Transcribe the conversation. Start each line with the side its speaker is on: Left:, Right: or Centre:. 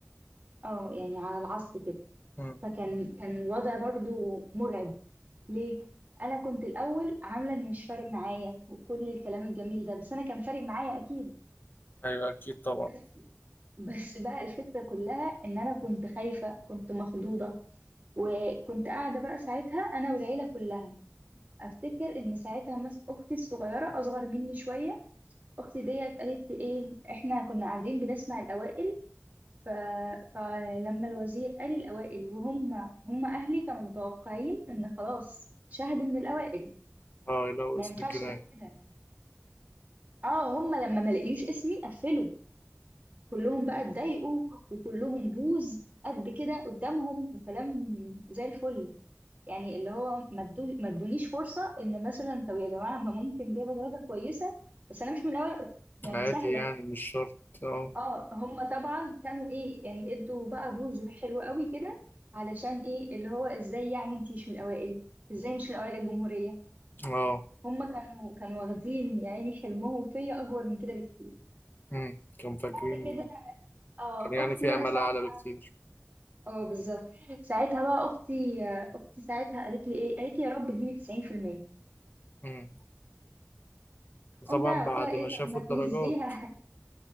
Right: اه يعني على العصر كده
Left: امم
Right: فكان كان الوضع برضو مرعب ليه؟ أنا كنت الأول عاملة إن مش فارق معايا وكل الكلام الجميل ده بس أنا كان فارق معايا أكيد
Left: أيوه أكيد طبعا
Right: بس بس بقى الفكرة كلها إن أنا كنت خايفة كنت مخضوضة وكنت قاعدة بقى ساعتها أنا والعيلة كلها افتكر ان ساعتها مس اختي الصغيره اصغر مني شويه اختي ديت قالت لي ايه احنا كنا قاعدين بنسمع الاوائل ف... فلما الوزير قال الاوائل وهم هم اهلي كانوا متوقعين ان خلاص شاهد من الاوائل
Left: اه لو
Right: ما
Left: اسم
Right: ينفعش
Left: كمان
Right: بقى كده اه هم لما ما لقيوش اسمي قفلوا كلهم بقى اتضايقوا وكلهم بوز قد كده قدامهم وكلام زي الفل يعني اللي هو ما تدو- ما تدونيش فرصة ان مثلا طب يا جماعة ما ممكن جايبة درجة كويسة بس انا مش من الاوائل يعني
Left: عادي
Right: سهلة
Left: يعني مش شرط اه
Right: اه هم طبعا كانوا ايه يعني ادوا بقى بوز حلو قوي كده علشان ايه اللي هو ازاي يعني انتي مش من الاوائل ازاي مش من اوائل الجمهورية
Left: اه
Right: هم كانوا كانوا واخدين يا عيني حلمهم فيا اكبر من كده بكتير
Left: امم كانوا فاكرين
Right: بعد كده اه
Left: كان يعني
Right: اختي
Left: في
Right: بقى
Left: امل
Right: ساعتها
Left: اعلى بكتير
Right: اه بالظبط ساعتها بقى اختي آه، اختي ساعتها قالت لي ايه قالت لي يا رب تجيبي 90%
Left: امم
Right: قمت
Left: طبعا
Right: انا
Left: بعد
Right: قلت لها ايه
Left: ما شافوا
Right: طب ما تهزيها
Left: الدرجات